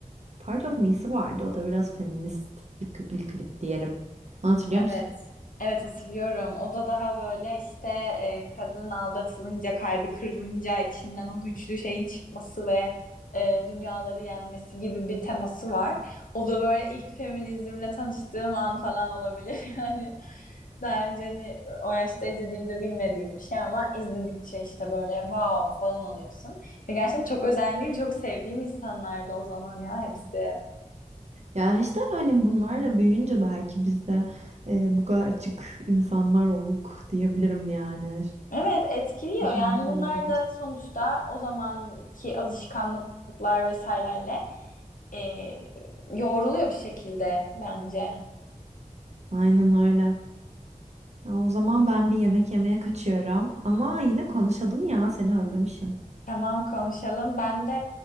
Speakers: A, on the right (about 50°); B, on the left (about 70°).
A: Part of Me'si vardı. O da biraz feministik bir klip, klip diyelim. Hatırlıyor
B: Evet.
A: musun?
B: Evet hatırlıyorum. O da daha böyle işte e, kadın aldatılınca, kalbi kırılınca içinden o güçlü şeyin çıkması ve e, dünyaları yenmesi gibi bir teması var. O da böyle ilk feminizmle tanıştığım an falan olabilir. <laughs> Yani daha önce hani o yaşta izlediğimde bilmediğim bir şey ama izledikçe işte böyle wow falan oluyorsun. Ve gerçekten çok özendiğim, çok sevdiğim insanlardı o zaman ya hepsi.
A: Ya işte hani bunlarla büyüyünce belki biz de e, bu kadar açık insanlar olduk diyebilirim yani.
B: Evet etkiliyor yani
A: Şu anda
B: bunlar
A: da böyle olsun.
B: da sonuçta o zamanki alışkanlıklar vesairelerle e, yoğruluyor bir şekilde bence.
A: Aynen öyle. Ya O zaman ben bir yemek yemeye kaçıyorum. Ama yine konuşalım ya seni özlemişim.
B: Tamam konuşalım. Ben de